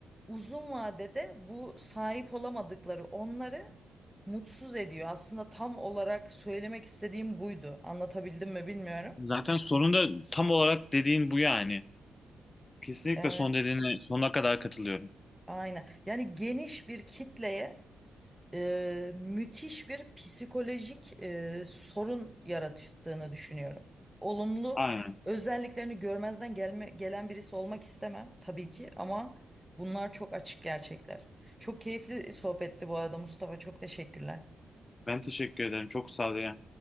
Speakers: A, in the centre; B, on the left.
A: uzun vadede bu sahip olamadıkları onları mutsuz ediyor. Aslında tam olarak söylemek istediğim buydu. Anlatabildim mi bilmiyorum.
B: zaten sorun da tam olarak dediğin bu yani. Kesinlikle
A: Evet,
B: son dediğine sonuna kadar katılıyorum.
A: aynen. Yani geniş bir kitleye e, müthiş bir psikolojik e, sorun yarattığını düşünüyorum. Olumlu
B: Aynen.
A: özelliklerini görmezden gelme, gelen birisi olmak istemem tabii ki ama bunlar çok açık gerçekler. Çok keyifli sohbetti bu arada Mustafa. Çok teşekkürler.
B: Ben teşekkür ederim. Çok sağ ol.